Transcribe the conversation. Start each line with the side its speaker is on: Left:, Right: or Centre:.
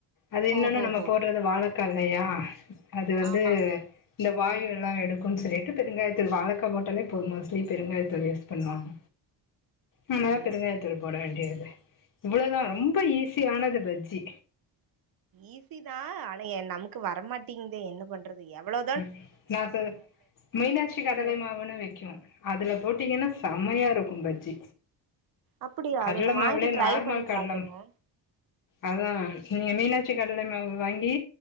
Left: அது இன்னன்னு
Right: ஓஹோஹோ
Left: நம்ம போட்றது வாழக்கா இல்லையா அது வந்து
Right: ஆமா
Left: இந்த வாயு எல்லாம் எடுக்குன் சொல்லிட்டு பெருங்காயத்தூள் வாழக்கா போட்டாலே பொது மோஸ்ட்லி பெருங்காயத்தூள் யூஸ் பண்ணுவாங்க ம்மதா
Right: ஓ
Left: பெருந்தாயத்தூள் போட வேண்டியது இவ்ளோதா ரொம்ப ஈஸியானது பஜ்ஜி
Right: ஈஸி தா ஆனா என் நமக்கு வரமாட்டிங்தே என்ன பண் றது எவ்வளோ
Left: ம் நா சொ மீனாட்சி
Right: இது
Left: கடலை மாவுனு விக்கு அதுல போட்டீங்கன்னா செம்மையா இருக்கு பஜ்ஜி
Right: அப்படியா
Left: கட்ல
Right: அது ஒன்னு
Left: மாவுலயே
Right: வாங்கி ட்ரை
Left: நார்மல்
Right: பண்ணி
Left: கட்லம்
Right: பாக்கணு
Left: அதா நீங்க மீனாட்சி கடல மாவு வாங்கி